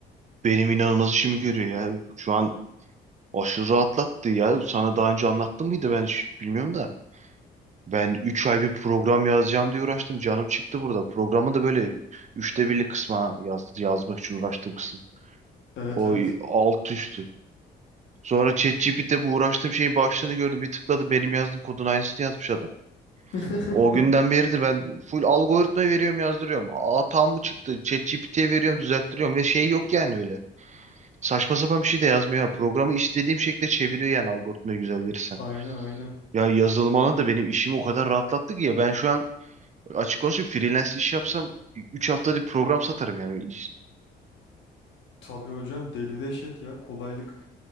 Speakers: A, on the right; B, on the left.
A: Benim inanılmaz işimi görüyor ya. Şu an aşırı rahatlattı ya. Sana daha önce anlattım mıydı ben hiç bilmiyorum da. Ben 3 ay bir program yazacağım diye uğraştım. Canım çıktı burada. Programı da böyle üçte birlik kısma yaz, yazmak için uğraştığım kısım.
B: Evet
A: O
B: evet.
A: alt üst. Sonra ChatGPT'de bu uğraştığım şeyin başlığını gördüm. Bir tıkladı benim yazdığım kodun aynısını yazmış adam.
B: <laughs>
A: O günden beri de ben full algoritma veriyorum yazdırıyorum. Hata mı çıktı? ChatGPT'ye veriyorum düzelttiriyorum ve şey yok yani öyle. Saçma sapan bir şey de yazmıyor. ha. Programı istediğim şekilde çeviriyor yani algoritmayı güzel verirsem.
B: Aynen aynen.
A: Ya yazılım alanı da benim işimi o kadar rahatlattı ki ya ben şu an açık konuşayım freelance iş yapsam 3 haftada bir program satarım yani.
B: Tabii hocam deli deşet ya kolaylık.